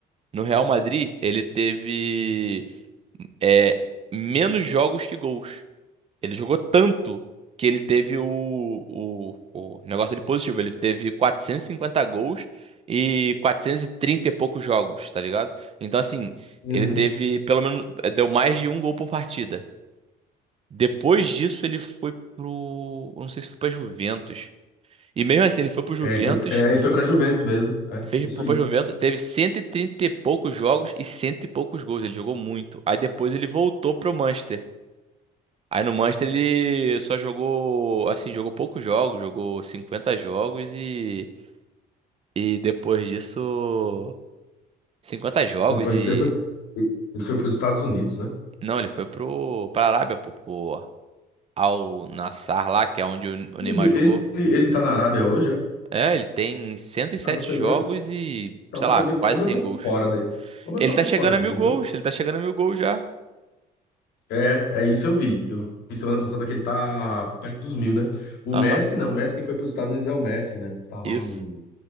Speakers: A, on the right; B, on the left.
A: No Real Madrid, ele teve é, menos jogos que gols. Ele jogou tanto que ele teve o, o, o negócio dele positivo. Ele teve 450 gols e 430 e trinta e poucos jogos, tá ligado? Então, assim,
B: Uhum.
A: ele teve pelo menos. eh, Deu mais de um gol por partida. Depois disso, ele foi pro. eu Não sei se foi pra Juventus. E mesmo assim, ele foi pro Juventus.
B: É, ele foi, é, ele foi pra Juventus mesmo. É,
A: Fez,
B: isso
A: foi
B: aí.
A: pra Juventus, teve 130 e trinta e poucos jogos e cento e poucos gols. Ele jogou muito. Aí depois ele voltou pro Manchester. Aí no Manchester ele só jogou, assim, jogou poucos jogos, jogou 50 jogos e, e depois disso, 50 jogos
B: Depois
A: e,
B: disso, ele foi, ele foi para os Estados Unidos, né?
A: não, ele foi pro, pra Arábia, pro, pro Al Nassr lá, que é onde o o
B: Ele,
A: Neymar jogou.
B: ele, ele tá na Arábia hoje, é?
A: É, ele tem cento e sete
B: Pra você
A: jogos
B: ver,
A: e,
B: para
A: sei
B: você
A: lá,
B: ver
A: quase
B: como eu
A: 100
B: tô por
A: gols.
B: fora dele. Como
A: Ele
B: eu tô
A: tá
B: por
A: chegando
B: fora dele,
A: a mil gols,
B: viu?
A: ele tá chegando a mil gols já.
B: É, é isso eu vi. Eu vi semana passada que ele tá perto dos mil, né? O
A: Aham,
B: Messi, não. O Messi, quem foi para os Estados Unidos é o Messi, né? Tá lá
A: isso.
B: num,